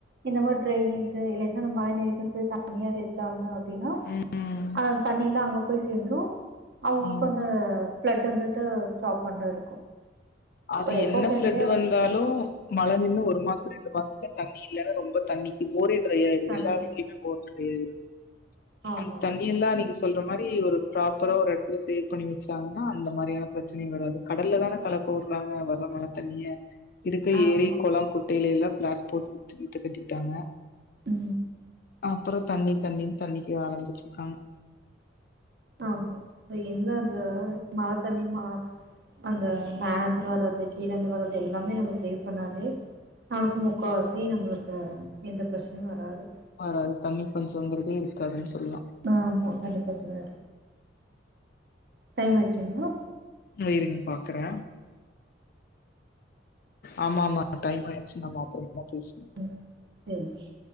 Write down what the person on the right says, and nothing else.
இந்த மாரி டிரைனேஜ் இல்லனா அந்த மழை நீருக்குன்னு சொல்லி தனியா வெச்சாங்க அப்டின்னா
அத தண்ணிலா அங்க போய் சேர்ந்துரு அவுங்க்ளுக்கு
அந்த ஃப்ளட் வந்துட்டு ஸ்டாப் பண்ற இருக்கு
ஒரு எக்கோ
ஃப்ரெண்ட்லியா
தண்ணி
ஆமா
ஆமா
ஆமா
உ
ஆமா சோ எந்த அது மழ தண்ணி மா அந்த மேலருந்து வர்றது கீழேந்து வர்றது எல்லாமே நம்ம சேவ் பண்ணாலே ஆளுக்கு முக்காவாசி நம்ளுக்கு எந்த பிரச்சனயு வராது
ஆமா கண்டிப்பச்சிறே டைம் ஆயிச்சிங்க்ளா
ம் செரி